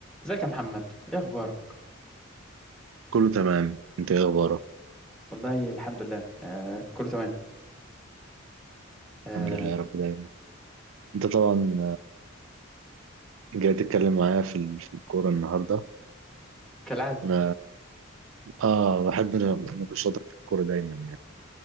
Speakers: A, in the centre; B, on the right (about 75°).
A: ازيك يا محمد ايه اخبارك
B: كله تمام انت ايه اخبارك
A: والله الحمد لله آه كله تمام آه
B: الحمد لله يا رب دايما انت طبعا جاي تتكلم معايا في ال- في الكوره النهارده
A: كالعاده
B: انا اه بحب نقاشاتك في الكوره دايما يعني